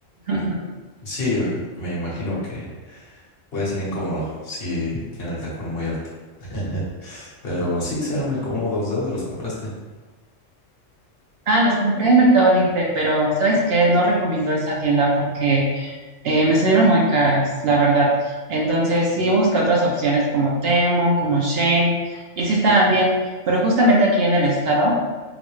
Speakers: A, on the right; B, on the left.
A: <laughs>
B: Sí, me imagino que Puede ser incómodo si tiene el tacón muy alto. <laughs> Pero sí, se ven muy cómodos. ¿De dónde los compraste?
A: Ah, los compré en Mercado Libre, pero ¿sabes qué? No recomiendo esa tienda porque eh, me salieron muy caras, la verdad. Entonces sí busqué otras opciones como Temu, como Shein, y sí estaban bien, pero justamente aquí en el estado,